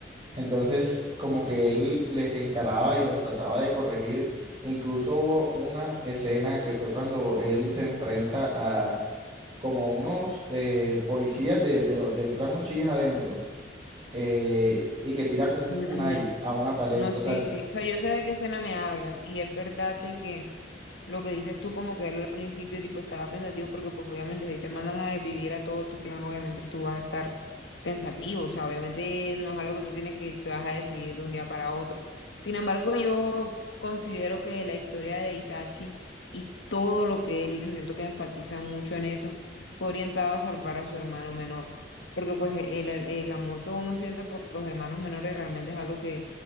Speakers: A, on the right (about 30°); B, on the left (about 80°).
A: Entonces, como que él les encaraba y los trataba de corregir. Incluso hubo una escena que fue cuando él se enfrenta a como unos eh, policías de, de lo- del clan Uchiha adentro eh, y que tira como un
B: Mm,
A: kunai
B: ujú.
A: a una pared.
B: No,
A: O
B: sí,
A: sea,
B: sí. O sea, yo sé de qué escena me hablas y es verdad de que Lo que dices tú, como que él al principio, tipo, estaba pensativo, porque pues obviamente si te mandan a desvivir a todo tu clan, obviamente tú vas a estar pensativo, o sea, obviamente no es algo que tú tienes que, que vas a decidir de un día para otro. Sin embargo, yo considero que la historia de Itachi y todo lo que él hizo, siento que enfatiza mucho en eso, fue orientado a salvar a su hermano menor, porque pues el, el el amor que uno siente por los hermanos menores realmente es algo que,